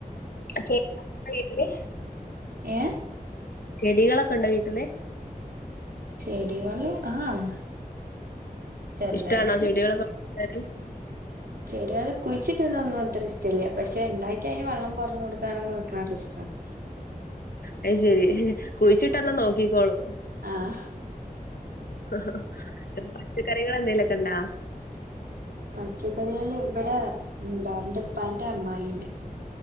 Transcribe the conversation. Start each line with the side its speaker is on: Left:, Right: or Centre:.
Left: <unintelligible> വീട്ടില്
Right: ഏ
Left: ചെടികളൊക്കെ ഉണ്ടോ വീട്ടില്?
Right: ചെടികള് ആഹ് ചെറുതായിറ്റ്
Left: ഇഷ്ടമാണോ ചെടികളൊക്കെ വളർത്താൻ?
Right: ചെടികൾ കുഴിച്ചിട്ടുണ്ടൊന്നുംത്ര ഇഷ്ടല്യ പക്ഷെ ഉണ്ടാക്കി അതിന് വെള്ളം പാർന്ന് കൊട്ക്കാനൊന്നും <unintelligible>
Left: അയ് ശരി കുഴിച്ചിട്ട്ന്ന നോക്കിക്കോളും.
Right: ആഹ്
Left: ആഹ് ആഹ് പച്ചക്കറികൾ എന്തെലുക്കണ്ടാ?
Right: പച്ചക്കറികള് ഇവിടെ എന്താ എന്റെപ്പാന്റെ അമ്മായി ണ്ട്